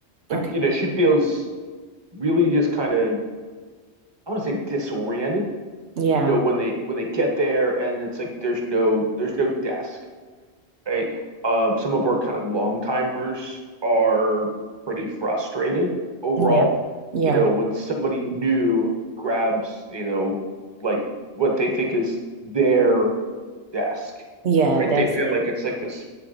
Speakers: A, on the right; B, on the right.
A: But
B: Okay.
A: you know, she feels really just kind of, I want to say disoriented.
B: Yeah.
A: You know, when they when they get there and it's like there's no there's no desk. right? Um, some of our kind of long timers are pretty frustrated overall.
B: Yeah. Yeah.
A: You know, when somebody new grabs, you know, like what they think is their desk,
B: Yeah.
A: right?
B: That's
A: They feel
B: it.
A: like it's like this,